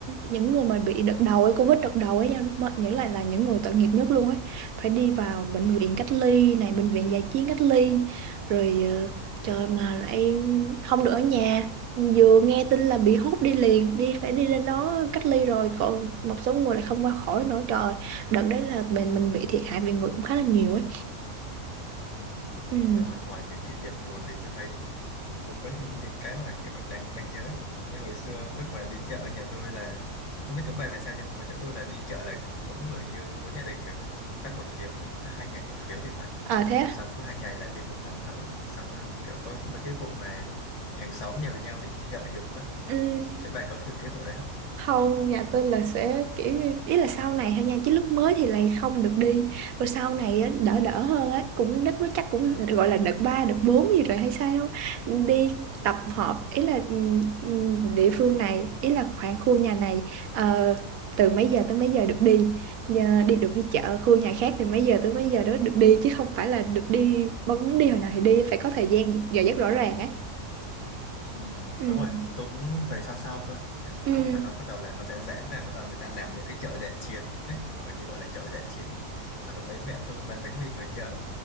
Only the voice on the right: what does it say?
những người mà bị đợt đầu ấy Covid đợt đầu ấy nha mà những lại là những người tội nghiệp nhất luôn ấy phải đi vào bệnh viện cách ly này bệnh viện dã chiến cách ly rồi ờ, trời mà lại không được ở nhà vừa nghe tin là bị hốt đi liền đi phải đi lên đó cách ly rồi còn một số người lại không qua khỏi nữa trời ơi, đợt đấy là mình mình bị thiệt hại về người cũng khá là nhiều ấy
ừ
à thế à?
ừ
không nhà tôi là sẽ kiểu như- ý là sau này thôi nha chứ lúc mới thì lại không được đi rồi sau này á, đỡ đỡ hơn á cũng đất nó chắc cũng
gọi là đợt 3 đợt 4 gì rồi hay sao đi tập họp ý là ừm, ừm, địa phương này ý là khoảng khu nhà này ờ, từ mấy giờ tới mấy giờ được đi Nhờ đi được đi chợ khu nhà khác từ mấy giờ tới mấy giờ đó được đi chứ không phải là được đi bỗng muốn đi hồi nào thì đi phải có thời gian giờ giấc rõ ràng á
ừ
ừ